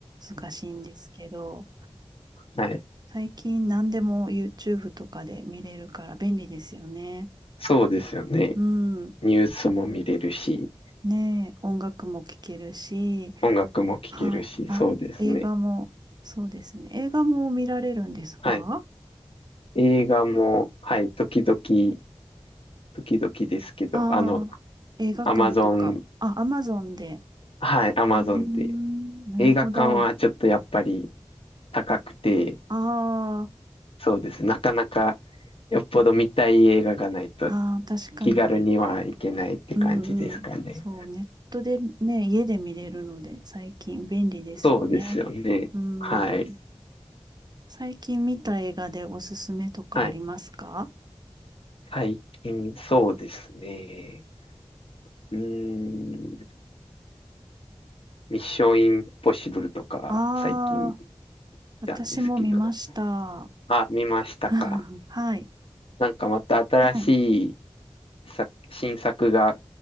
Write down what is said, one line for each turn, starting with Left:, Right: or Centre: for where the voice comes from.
Right: 難しいんですけど、
Left: はい。
Right: 最近何でも YouTube とかで見れるから便利ですよね。
Left: そうですよね。
Right: うん。
Left: ニュースも見れるし、
Right: ねえ、音楽も聴けるし、
Left: 音楽も聴けるし、
Right: はい。あ、
Left: そうですね。
Right: 映画も、そうですね。映画も見られるんですか
Left: はい。映画も、はい、時々、時々ですけど、
Right: ああ映画館とか。
Left: あの、アマゾン、
Right: あ、アマゾンで。
Left: はい、アマゾンで。
Right: うーん、なるほど。
Left: 映画館はちょっとやっぱり高くて、
Right: ああ、
Left: そうです。なかなかよっぽど見たい映画がないと
Right: ああ、確かに。
Left: 気軽にはいけないって感じですかね。
Right: うんうん。そう、ネットでね、家で見れるので、最近便利ですよね。
Left: そうですよね。
Right: うん。
Left: はい。
Right: 最近見た映画でおすすめとかありますか
Left: はい。最近、そうですね。うーん。ミッションインポッシブルとか、
Right: ああー、
Left: 最近見
Right: 私も見ました。
Left: たんですけど。あ、見ましたか。
Right: <laughs> はい。
Left: なんかまた新しい
Right: はい。
Left: 作、新作が